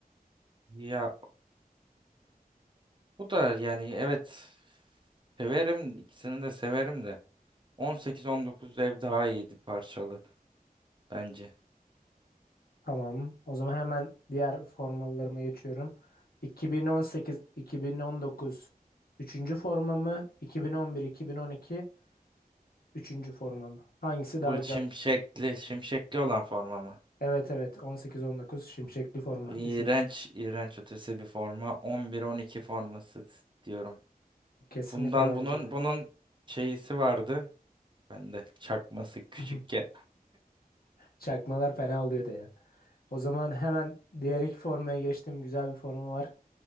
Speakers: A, on the right (about 30°); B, on the left (about 75°).
A: Ya bu da yani evet severim. ikisini de severim de. 18-19 ev daha iyiydi parçalı bence.
B: Tamam. O zaman hemen diğer formalarıma geçiyorum. 2018-2019 üçüncü forma mı? 2011-2012 üçüncü forma mı? Hangisi daha
A: Bu
B: güzel?
A: şimşekli, şimşekli olan forma mı?
B: Evet evet on sekiz on dokuz şimşekli forma.
A: İğrenç,
B: Üçüncü.
A: iğrenç ötesi bir forma. 11-12 forması diyorum.
B: Kesinlikle
A: Bundan
B: bence
A: bunun
B: de.
A: bunun şeysi vardı. Bende çakması küçükken.
B: <laughs> Çakmalar fena oluyordu ya. O zaman hemen diğer iki formaya geçtim. Güzel bir forma var.